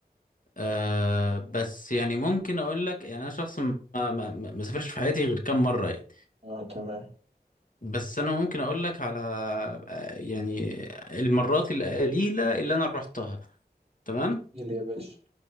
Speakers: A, on the left; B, on the right.
A: أه بس يعني ممكن اقول لك يعني انا شخص ما ما ما ما سافرش في حياتي غير كام مره يعني
B: اه تمام
A: بس انا ممكن اقول لك على آه، يعني المرات القليله اللي انا رحتها تمام
B: احكي لي يا باشا